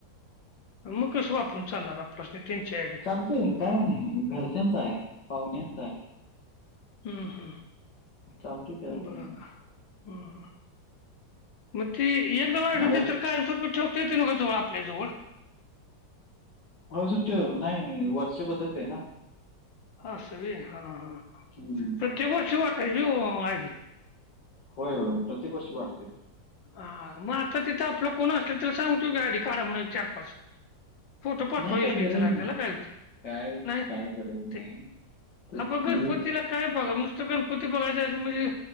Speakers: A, on the left; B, on the left.
A: मग कसं वापरून चालणार आपला स्टेट त्यांचे आयडी
B: चालतोय काय नाही घरच्यांचयं पाहुण्यांचा आहे
A: हम हम
B: चालते त्याला काही
A: बरं
B: नाही
A: हम म ती एकदा आयडी
B: आता
A: दिली तर कायम सपोर्ट ठेवता ग जवळ आपल्या जवळ
B: हो सुट्टीवंर हे नाही नाही वर्ष बद्दलतयं ना
A: असं व्हयं हा हा
B: हम्म.
A: तर ते वर्ष वाटायचे ओ मायाकी
B: होय होय प्रत्येक वर्षी वाटते
A: आ हा मग आता तिथं आपलं कोण असलं त्याला सांगतोयं गाडी काढा म्हण चार पाच फोटो पाठवा
B: नाही
A: येईल
B: काय
A: की
B: गरज
A: त्याला,
B: नाही
A: त्याला काय होतयं
B: काय
A: नाही,
B: काय गरज
A: ते
B: नाही तिथली
A: हा प गणपतीला काय बघा नुसतं गणपती बघायांचत म्हणजे